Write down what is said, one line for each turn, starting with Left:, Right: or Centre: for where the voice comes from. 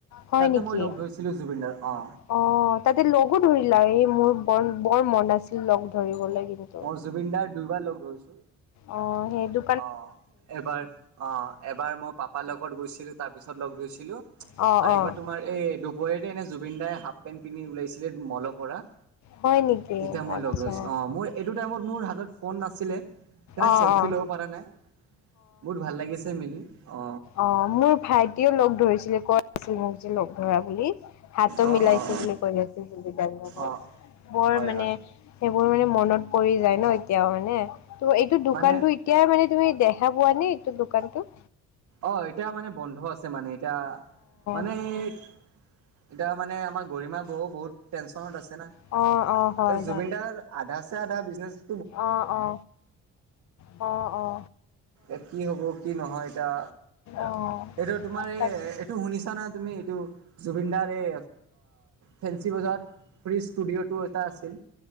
Left: হয়
Right: তাতে
Left: নেকি?
Right: মই লগ ধৰিছিলো জুবিনদাৰ অ।
Left: অ তাতে লগো ধৰিলা এই মোৰ ব বৰ মন আছিল লগ ধৰিবলৈ কিন্তু।
Right: মই জুবিন দাৰ দুবাৰ লগ ধৰিছো।
Left: অ সেইটো।
Right: অ এবাৰ অ এবাৰ মই পাপাৰ লগত গৈছিলো তাৰ পিছত লগ ধৰিছিলো।
Left: অঁ
Right: আৰু
Left: অঁ।
Right: একবাৰ তোমাৰ এই দুপৰীয়াতে এনে জুবিন দাই হাফ পেণ্ট পিন্ধি ওলাইছিলে মলৰ পৰা।
Left: হয় নেকি
Right: তেতিয়া মই
Left: আচ্ছা
Right: লগ ধৰিছিলো অ মোৰ- এইটো টাইমত মোৰ হাতত ফোন নাছিলে, সেইকাৰণে
Left: অ
Right: চেল্ফি
Left: অ
Right: ল'ব পৰা নাই। বহুত ভাল লাগিছে মিলি অ।
Left: অঁহ মোৰ ভাইটিয়ে লগ ধৰিছিলে কৈ আছিল মোক যে লগ ধৰা বুলি। হাতো
Right: অ'
Left: মিলাইছে
Right: অ'
Left: বুলি কৈ আছে জুবিনদাৰ লগত,
Right: অ' অ'
Left: বৰ
Right: হয়
Left: মানে-
Right: হয়
Left: সেইবোৰ মানে মনত পৰি যায় ন এতিয়াও মানে ত এইটো দোকানতটো
Right: মানে
Left: এতিয়াই মানে তুমি দেখ দেখা পোৱা নে এইটো দোকানটো।
Right: অ এতিয়া মানে বন্ধ আছে মানে এতিয়া, মানে-
Left: অ
Right: এতিয়া মানে আমাৰ গৰিমা বৌ বহুত টেনচনত আছে না,
Left: অঁ, অঁ, হয়,
Right: ত জুবিনদাৰ- আধাছে আধা বিজনেছ-
Left: অ অ, অ অ।
Right: এতিয়া কি হ'ব কি নহয় এতিয়া,
Left: অঁ।
Right: এইটো তোমাৰ এই
Left: তাকে,
Right: এইটো শুনিছা না তুমি এইটো- জুবিনদাৰ এই ফেঞ্চি বজাৰত- ফিৰি ষ্টুডিঅ'টো এটা আছিল,